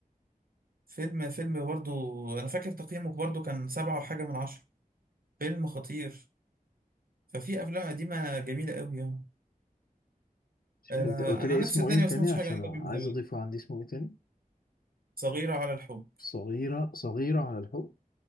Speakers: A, on the right; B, on the left.
A: فيلم فيلم برضه انا فاكر تقييمه برضه كان سبعة وحاجة من عشرة فيلم خطير ففي افلام قديمة جميلة قوي يعني انا
B: أنت قلت
A: انا
B: لي
A: نفسي
B: اسمه
A: الدنيا
B: إيه
A: ما
B: تاني
A: سمعتش
B: عشان
A: حاجة اجنبي
B: عايز
A: من زمان
B: أضيفه عندي اسمه إيه تاني
A: صغيرة على الحب
B: صغيرة صغيرة على الحب